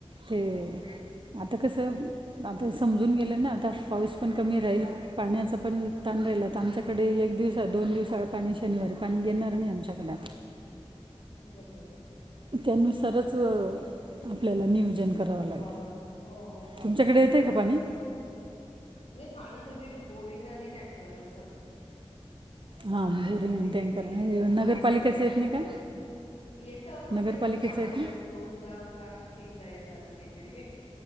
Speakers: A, on the right (about 50°); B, on the left (about 75°).
A: हे, आता कसऽ? आता समजून गेले ना, आता पाऊस पण कमी राहील. पाण्याचा पण ताण राहिला, तर आमच्याकडे एक दिवसा दोन दिवसा पाणी शनिवारी पाणी घेणार नाही आमच्याकडे.
B: बरबर.
A: त्यानुसारच आपल्याला नियोजन करावं लागेल.
B: वापर हो
A: तुमच्याकडे येत य का पाणी?
B: नइ पाणी म्हणजे बोरिंग आणि टँकर असं.
A: हां बोरिंग
B: मोठी
A: आणि
B: सिटी
A: टँकर
B: यत
A: हे नगरपालिकेचं
B: हा मोठी अपार्टमेंट.
A: येत नाही का
B: येतं पण
A: नगरपालिकेचं
B: ते खूप आठवड्यातून
A: येत
B: दोनदा का तीनदा येतं असं काहीतरी.